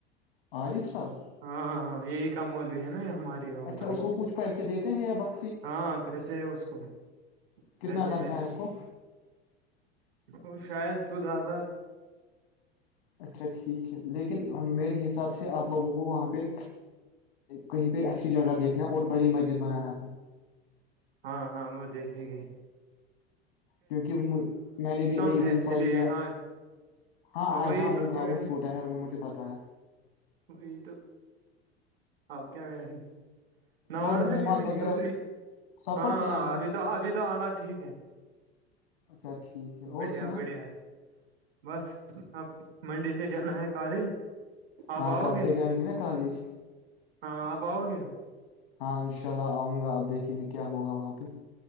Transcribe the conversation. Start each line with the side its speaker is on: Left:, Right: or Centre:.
Left: عارف صاحب
Right: ہاں ہاں یہی کا مولوی ہے نا ہمارے گاؤں
Left: اچھا
Right: کا
Left: اس
Right: ہی
Left: کو کچھ پیسے دےتے <unintelligible>
Right: ہاں پیسے ہے اس کو
Left: کتنا
Right: پیسے
Left: تنخواہ
Right: ہے
Left: اس کو
Right: وہ شاید چودہ ہزار
Left: اچھا ٹھیک ہے لیکن میرے حساب سے آپ لوگوں کو وہاں پہ کہیں پہ اچھی جگہ دیکھنا اور بڑی مسجد بنانا تھا
Right: ہاں ہاں م دیکھے گ
Left: کیونکہ میں نے بھی ایک
Right: ہے
Left: دن
Right: اسی
Left: پڑھی
Right: لیے
Left: ہے
Right: ہاں
Left: ہاں
Right: وہی
Left: ہاں
Right: تو
Left: وہ
Right: جگہ
Left: گاؤں چھوٹا ہے وہ مجھے پتا ہے
Right: وہی تو آپ کیا کر رہیں گے نوڈ
Left: اور
Right: میں بھی
Left: نماز وغیرہ
Right: دوسری
Left: سب
Right: ہاں
Left: پڑھتے
Right: ہاں
Left: ہیں وہاں
Right: ابھی
Left: پہ
Right: تو ابھی تو حالات ٹھیک ہے
Left: اچھا ٹھیک ہے
Right: بڑیا
Left: اور سنا
Right: بڑھیا ہے بس اب منڈے سے جانا ہے کالج آپ
Left: ہاں
Right: آؤ
Left: کل
Right: گے
Left: سے جائیں نا کالج
Right: ہاں آپ آؤ گے
Left: ہاں انشاء اللہ آؤں گا آپ دیکھیں گے کیا ہوگا وہاں پہ